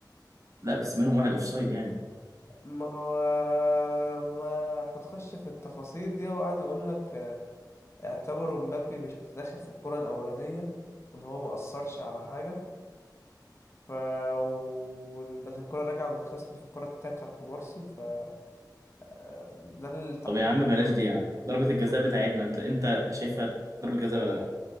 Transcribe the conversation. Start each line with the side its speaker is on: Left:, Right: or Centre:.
Right: لا بس منهم واحد اوفسايد يعني
Left: ما هو ما هنخش في التفاصيل دي هو قاعد يقول لك اعتبروا مبابي مش متداخل في الكرة الأولانية وإن هو ما أثرش على حاجة ف وإن بس الكرة راجعة من الخصم في الكرة التالتة بتاعت كوبارسي ف آه، ده التحليل
Right: طب يا عم بلاش دي يا عم ضربة الجزاء بتاعتنا انت انت شايفها ضربة جزاء ولا لا